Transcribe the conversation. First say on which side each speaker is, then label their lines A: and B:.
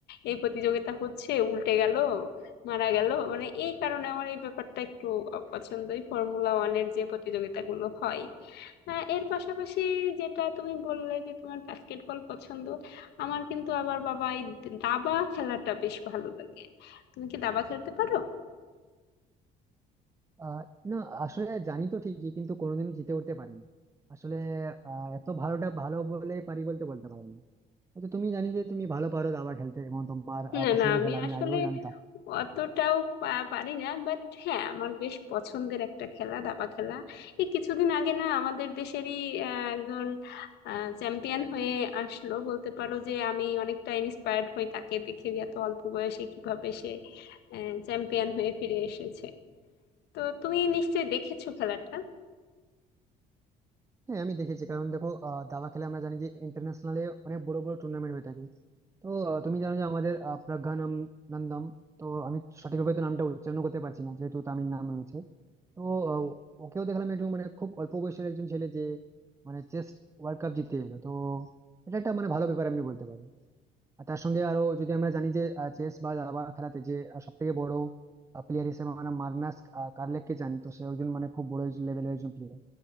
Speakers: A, on the left; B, on the right.
A: এই প্রতিযোগিতা হচ্ছে উল্টে গেল মারা গেল মানে এই কারণে আমার এই ব্যাপারটা একটু অপছন্দ এই ফর্মুলা ওয়ানের যে প্রতিযোগিতাগুলো হয় হ্যাঁ এর পাশাপাশি যেটা তুমি বললে যে তোমার বাস্কেটবল পছন্দ আমার কিন্তু আবার বাবা এই দাবা খেলাটা বেশ ভালো লাগে তুমি কি দাবা খেলতে পারো
B: আহ না আসলে জানি তো ঠিকই কিন্তু কোনোদিনও জিতে উঠতে পারিনি আসলে আহ, এত ভালোটা ভালো বলে পারি বলতে বলতে পারবো না হয়তো তুমি জানি যে তুমি ভালো পারো দাবা খেলতে এবং তোমার আহ,
A: না
B: পছন্দের
A: না আমি
B: খেলা আমি
A: আসলে
B: আগেও জানতাম
A: অতটাও পা- পারি না বাট হ্যাঁ আমার বেশ পছন্দের একটা খেলা দাবা খেলা এই কিছুদিন আগে না আমাদের দেশেরই আহ, একজন চ্যাম্পিয়ন হয়ে আসলো বলতে পারো যে আমি অনেকটা ইন্সপায়ার্ড হই তাকে দেখে যে এত অল্প বয়সে কিভাবে সে চ্যাম্পিয়ন হয়ে ফিরে এসেছে তো তুমি নিশ্চয়ই দেখেছো খেলাটা
B: হ্যাঁ আমি দেখেছি কারণ দেখো আহ, দাবা খেলা আমরা জানি যে ইন্টারন্যাশনালে অনেক বড় বড় টুর্নামেন্ট হয়ে থাকে তো আহ, তুমি জানো যে আমাদের আহ, প্রজ্ঞানম নন্দম তো আমি সঠিকভাবে তো নামটা উচ্চারণ করতে পারছি না যেহেতু তামিল নাম রয়েছে তো আহ, ওকেও দেখলাম একটু মানে খুব অল্প বয়সের একজন ছেলে যে মানে চেস ওয়ার্ল্ড কাপ জিতে এলো তো এটা একটা মানে ভালো ব্যাপার আমি বলতে পারি আর তার সঙ্গে আরো যদি আমরা জানি যে চেস বা দাবা খেলাতে যে সব থেকে বড় প্লেয়ার হিসেবে মানে মার্নাস আহ, কার্লেককে জানি তো সে একজন মানে খুব বড় লেভেলের একজন প্লেয়ার